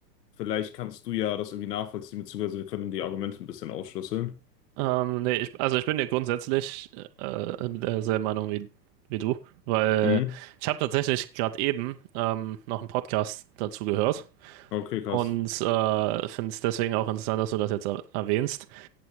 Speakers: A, on the left (about 70°); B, on the right (about 30°).
A: vielleicht kannst du ja das irgendwie nachvollziehen, beziehungsweise wir können die Argumente ein bisschen aufschlüsseln.
B: Ähm, nee, ich, also ich bin ja grundsätzlich äh, derselben Meinung wie, wie du, weil
A: Mhm.
B: ich habe tatsächlich gerade eben ähm, noch einen Podcast dazu gehört.
A: Okay, krass.
B: Und äh, finde es deswegen auch interessant, dass du das jetzt er erwähnst.